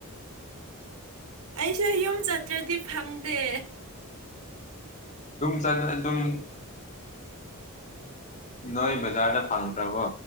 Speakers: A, on the right; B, on the left.
A: ꯑꯩꯁꯨ ꯌꯨꯝ ꯆꯠꯇ꯭ꯔꯗꯤ ꯐꯪꯗꯦ
B: ꯆ ꯑꯗꯨ ꯎꯝ ꯅꯕꯖꯔꯗ ꯐꯪꯗ꯭ꯔꯕꯣ